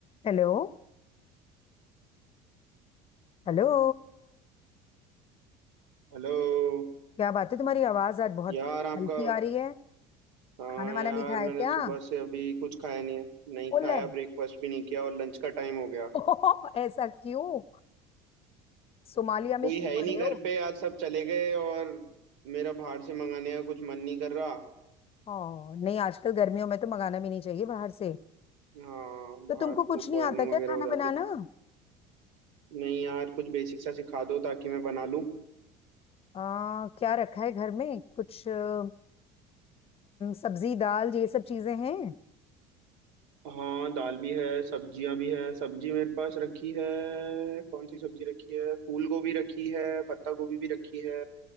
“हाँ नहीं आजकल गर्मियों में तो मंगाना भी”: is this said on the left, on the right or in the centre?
Left